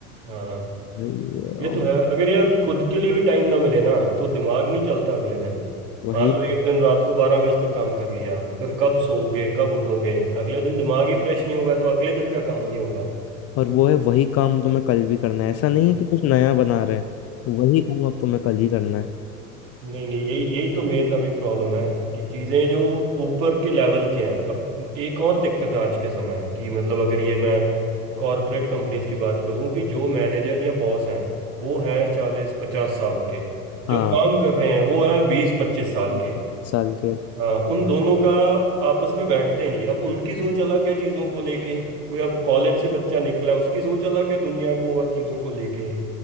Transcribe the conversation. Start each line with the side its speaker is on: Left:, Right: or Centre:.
Right: हाँ
Left: वही है,
Right: ये
Left: और
Right: तो है अगर यार खुद के लिए भी टाइम ना मिले ना तो दिमाग नहीं चलता अगले दिन
Left: वही
Right: मान लो एक दिन रात को बारह बजे तक काम कर लिया फिर कब सोओगे कब उठोगे अगले दिन दिमाग ही फ्रेश नहीं होगा तो अगले दिन का काम नहीं होगा
Left: और वो है वही काम तुम्हें कल भी करना है ऐसा नहीं
Right: हम्म।
Left: है कि कुछ नया बना रहे हैं वही काम अब तुम्हें कल ही करना है
Right: नहीं नहीं यही यही तो मेन अभी प्रॉब्लम है कि चीजें जो ऊपर के लेवल के हैं अब एक और दिक्कत है आज के समय कि मतलब अगर ये मैं कॉरपोरेट कंपनीज की बात करूं कि जो मैनेजर या बॉस हैं वो हैं चालीस पचास साल के जो
Left: हाँ
Right: काम कर रहे हैं वो हैं बीस पच्चीस साल
Left: पच्चीस
Right: के
Left: साल के
Right: हाँ उन दोनों का आपस में बैठते ही नहीं अब उनकी सोच अलग है चीज़ों को लेके कोई अब कॉलेज से बच्चा निकला है उसकी सोच अलग है दुनिया को और चीज़ों को लेके